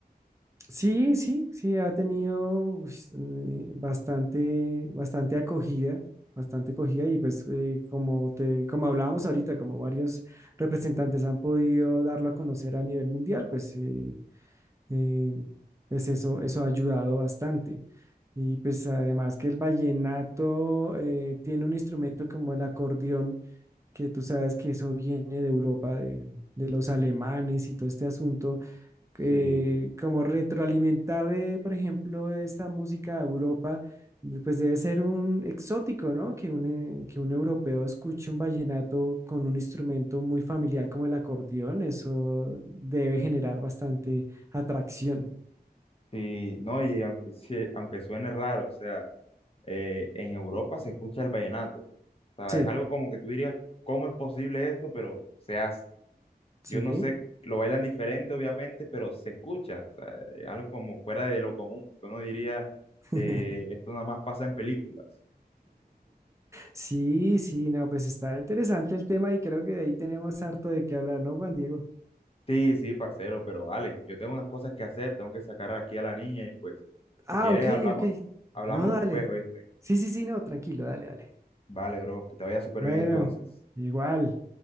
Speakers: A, on the right (about 20°); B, on the left (about 35°).
A: Sí, sí, sí, ha tenido pues, eh, bastante, bastante acogida, bastante acogida y pues eh, como te, como hablábamos ahorita, como varios representantes han podido darlo a conocer a nivel mundial, pues eh, eh, pues eso, eso ha ayudado bastante. Y pues además que el vallenato eh, tiene un instrumento como el acordeón, que tú sabes que eso viene de Europa, de, de los alemanes y todo este asunto, eh,
B: Sí,
A: como retroalimentar, eh, por ejemplo, esta música a Europa, pues debe ser un exótico, ¿no? Que un, eh, que un europeo escuche un vallenato con un instrumento muy familiar como el acordeón, eso debe generar bastante atracción.
B: sí, no, y aunque, sí- aunque suene raro, o sea... eh, en Europa se escucha el vallenato. O sea,
A: Sí,
B: es algo como que tú dirías, ¿cómo es posible esto? Pero se hace.
A: sí.
B: Yo no sé, lo bailan diferente, obviamente, pero se escucha. O sea, es algo como fuera de lo común. Uno diría,
A: <laughs>
B: eh, esto nada más pasa en películas.
A: Sí, sí, no, pues está interesante el tema y creo que de ahí tenemos harto de qué hablar, ¿no, Juan Diego?
B: Sí, sí, parcero, pero vale, yo tengo unas cosas que hacer, tengo que sacar aquí a la niña y pues, si
A: Ah,
B: quieres
A: ok,
B: hablamos,
A: ok.
B: hablamos
A: No, dale.
B: después, ¿oíste?
A: Sí, sí, sí, no, tranquilo, dale, dale.
B: Vale, bro, que te vaya súper
A: Bueno,
B: bien entonces.
A: igual.